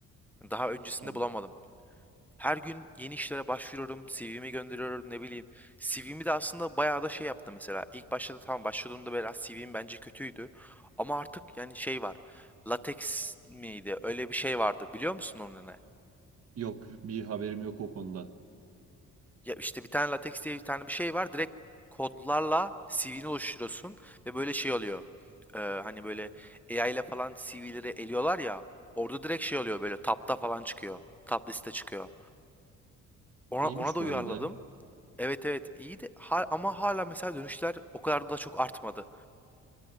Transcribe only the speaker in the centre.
Daha öncesinde
bulamadım. Her gün yeni işlere başvuruyorum, CV'mi gönderiyorum, ne bileyim. CV'mi de aslında bayağı da şey yaptım mesela. İlk başta da tamam başladığımda biraz CV'm bence kötüydü. Ama artık yani şey var. Latex miydi? Öyle bir şey vardı. Biliyor musun onun ne?
Ya işte bir tane LaTeX diye bir tane bir şey var. Direkt kodlarla CV'ni oluşturuyorsun ve böyle şey oluyor. Ee, hani böyle AI ile falan CV'leri eliyorlar ya. Orada direkt şey oluyor böyle tapta falan çıkıyor. Top liste çıkıyor. Ona
ona da
uyarladım.
Evet evet iyiydi Ha- ama hala mesela dönüşler o kadar da çok artmadı.